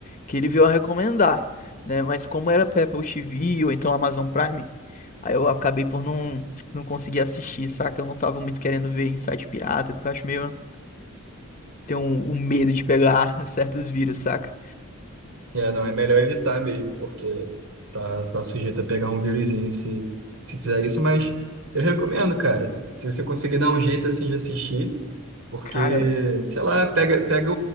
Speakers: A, on the left; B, on the right.
A: que ele veio a recomendar, né? Mas como era pra Apple TV ou então Amazon Prime, aí eu acabei por não, não conseguir assistir, saca? Eu não tava muito querendo ver em site pirata, porque eu acho meio. Tenho um, um medo de pegar <laughs> certos vírus, saca?
B: É, não, é melhor evitar mesmo, porque tá, tá sujeito a pegar um vírusinho se, se fizer isso, mas eu recomendo, cara. Se você conseguir dar um jeito assim de assistir, porque,
A: Cara.
B: sei lá, pega, pega,